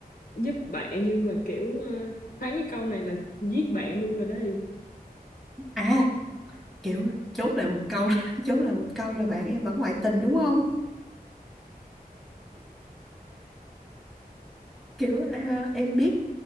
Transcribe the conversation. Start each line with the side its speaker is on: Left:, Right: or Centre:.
Left: giúp bạn nhưng mà kiểu ờ, phán cái câu này là giết bạn luôn rồi đây
Centre: à kiểu chốt lại một câu là, <laughs> chốt lại một câu là bạn em vẫn ngoại tình đúng không kiểu à, em biết